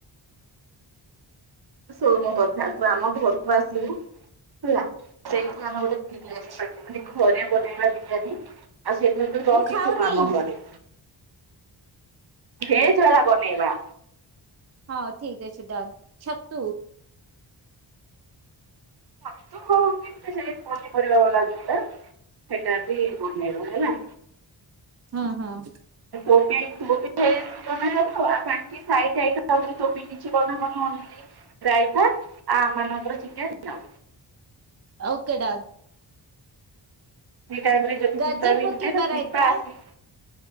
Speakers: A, on the right; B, on the right.
A: ଶୋମୁ କରିଥାନ୍ତୁ ଆମ ଘରକୁ ଆସିବୁ ହେଲା ସେଇଠି ଆମେ ଗୋଟେ ବିରିୟାନୀ ପାଟି ମାନେ ଘରେ ବନେଇବା ବିରିଆନୀ ଆ ସେଇଥିପାଇଁ ତୁ ରହିିଥିଲୁ
B: ମୁଁ ଖାଉନି
A: ଆମ ଘରେ। ଢେର ସାରା ବନେଇବା।
B: ହଁ ଠିକ ଅଛି ଡନ ଛତୁ
A: ଛତୁ ହଉଚି <unintelligible> ସେ ପନିପରିବା ବାଲାଟା ସେଟା ବି <unintelligible> ହେଲା
B: ହଁ ହଁ।
A: <unintelligible> <unintelligible> ବାକି ଖାଇ ଖାଇ <unintelligible> ରାଇତା ଆଉ ଆମ ମାନଙ୍କର ଚିକେନ୍ ଆଉ।
B: Okay done.
A: ସେ ଟାଇମ ରେ ଯଦି
B: ଗାଜର
A: ଶୀପା ବି
B: ପକେଇବା
A: ହେଇଥାଏ ଶିପା
B: ରାଇତା
A: ଆସି